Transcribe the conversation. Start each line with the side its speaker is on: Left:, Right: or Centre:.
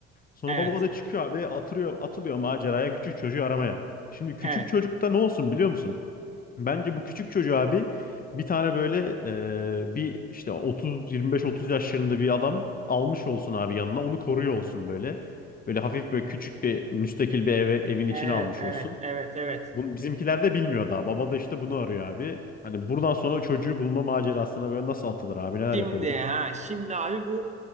Left: Sonra
Right: Evet.
Left: baba da çıkıyor abi atılıyor atılıyor maceraya küçük çocuğu aramaya. Şimdi küçük
Right: Evet.
Left: çocukta ne olsun biliyor musun? Bence bu küçük çocuğu abi bir tane böyle e, bir işte 30 25-30 yaşlarında bir adam almış olsun abi yanına onu koruyor olsun böyle. Böyle hafif böyle küçük bir müstakil bir eve, evin içine
Right: Evet,
Left: almış
Right: evet,
Left: olsun.
Right: evet, evet.
Left: Bunu, bizimkiler de bilmiyor daha. Baba da işte bunu arıyor abi. Hani buradan sonra o çocuğu bulma macerasına böyle nasıl atılır abi neler
Right: Şimdi
Left: yapabilir?
Right: ha, şimdi abi bu